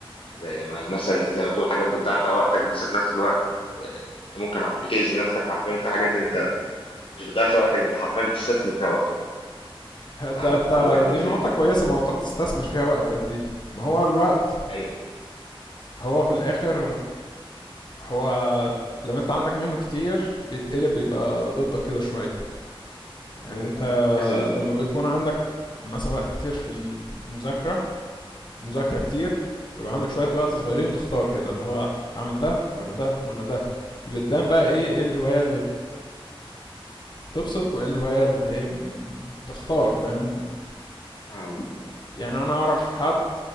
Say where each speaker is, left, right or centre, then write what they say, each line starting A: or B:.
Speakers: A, on the left; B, on the left.
A: زي ما مثلا انت زي ما بتقول حاجات بتضيع فيها وقتك بس في نفس الوقت آه، انت ممكن بتأذي نفسك حرفيا في حاجات انت مش بتضيع فيها وقتك انت حرفيا بتستثمر فيها وقتك
B: ده
A: أنا فاهمك في
B: ده-
A: الوقت
B: دي
A: المفيد
B: نقطة كويسة موضوع تستثمر فيها وقتك دي ما هو الوقت
A: ايوه
B: هو في الاخر هو لو انت عندك منه كتير بيتقلب بيبقى ضدك كده شوية يعني
A: مم،
B: انت
A: لازم
B: لما بيكون عندك مثلا وقت كتير في المذاكرة مذاكره كتير ويبقى عندك شويه وقت صغيرين وتختار كده اللي هو اعمل ده ولا ده ولا ده دي بتبان بقى ايه ايه الهوايه اللي بتبسط وايه الهوايه اللي هي م- تختار فاهم
A: فاهمك
B: يعني انا اعرف حد